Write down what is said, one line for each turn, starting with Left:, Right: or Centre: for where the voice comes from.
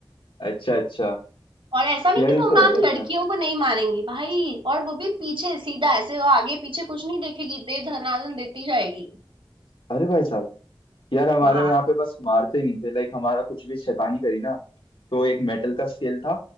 Left: अच्छा
Right: और ऐसा नहीं
Left: यार
Right: कि
Left: ये
Right: वो
Left: तो
Right: मैम
Left: अलग
Right: लड़कियों
Left: ही यार
Right: को नहीं मारेंगी भाई और वो भी पीछे सीधा ऐसे वो आगे पीछे कुछ नहीं देखेगी दे धनादन देती जाएगी
Left: अरे भाई साहब यार हमारे
Right: हाँ
Left: में यहाँ पे बस मारते ही नहीं थे लाइक हमारा कुछ भी शैतानी करी ना तो एक मेटल का स्केल था